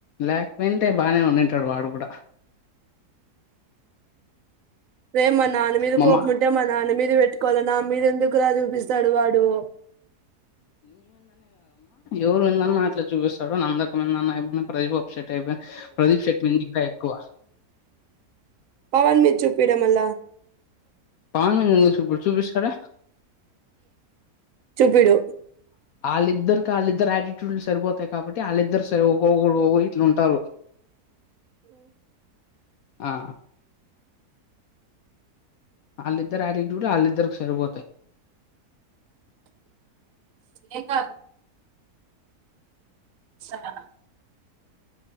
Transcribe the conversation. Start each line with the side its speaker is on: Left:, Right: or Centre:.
Left: లేక్పోయుంటే బాగానే ఉం తింటడు వాడుగుడా.
Right: రే మా నాన్న మీద
Left: మామ్మ
Right: కోపముంటే మా నాన్న మీద పెట్టుకోవాల, నా మీద ఎందుకురా చూపిస్తాడు వాడు?
Left: ఎవరు ఎన్నన్నా అట్లా చూపిస్తాడు నందక <unintelligible> షటైపోయింది ప్రదీప్ షెట్మిద్ ఇంకా ఎక్కువ
Right: పవన్మిెదిజూపీరా మళ్ళ
Left: పవనెందుకు చూపిస్తాడ
Right: చూపిడు
Left: ఆళ్ళిద్దరికాళ్ళిద్దర్ ఆటిట్యూ టుడ్లు సరిపోతాయ్ క కాబట్టి ఆళ్ళిద్దరు సర్ ఒకో ఒక ఒకడ్ ఇట్లుంటారు. ఆ ఆళ్ళిద్దరి ఆటిట్యూడ్ ఆళ్ళిద్దరికి సరిపోతయ్
Right: ఏ కాదు <inaudible>